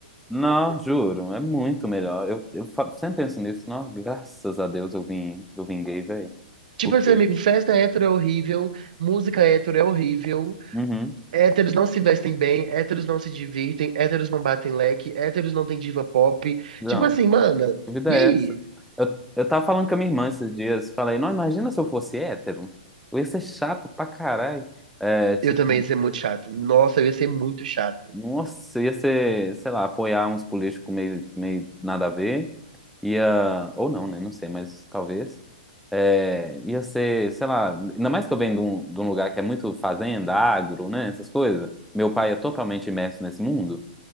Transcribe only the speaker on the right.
Tipo
assim, amigo, festa hétero é horrível, música hétero é horrível,
héteros não se vestem bem, héteros não se divertem, héteros não batem leque, héteros não tem diva pop.
Tipo assim, mana,
e
aí?
Eu também ia ser muito chato. Nossa, eu ia ser muito chato.